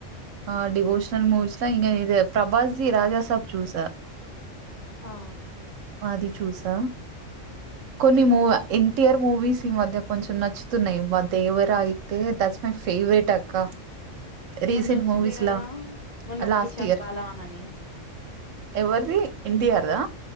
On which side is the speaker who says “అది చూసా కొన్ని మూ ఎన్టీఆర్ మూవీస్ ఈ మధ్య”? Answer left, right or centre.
Right